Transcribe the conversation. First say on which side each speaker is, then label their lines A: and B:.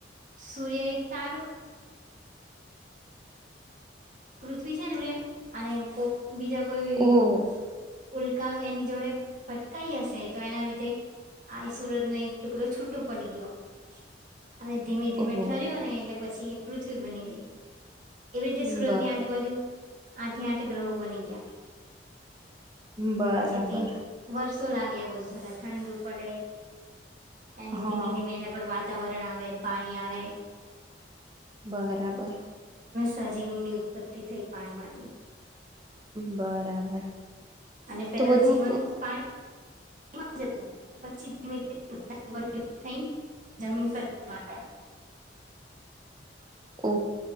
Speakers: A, on the right; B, on the right.
A: સૂર્ય એક તારો પૃથ્વી છે ને અને કોક બીજા કોઈ
B: ઓહ
A: ઉલ એની જોડે ફટકાઈ હશે તો એના લીધે આઈ સુરતનોો એક ટુકડો છૂટો પડી ગયો અને ધીમે ધીમે
B: ઓહ
A: ઠર્યો ને એટલે પછી એ પૃથ્વી બની ગઈ એવી
B: બરાબર
A: સુરત ની આજુબાજુ આઠથી આઠ ગ્રહો બની ગયા
B: બરાબર
A: પછી તે વર્ષો લાગે બધું થતા ઠંડુ પડે એ
B: હા
A: ધીમે ધીમે એના પર વાત વાતાવરણ આવે પાણી આવે
B: બરાબર
A: સાજી ની ઉત્પત્તિ થઈ પાણીમાંથી
B: બરાબર
A: અને પેલા
B: તો બધું
A: જીવન પાણી જતું પચીસ મિનિ થઈ જમીન પરયા
B: <inaudible> <unintelligible> ઓ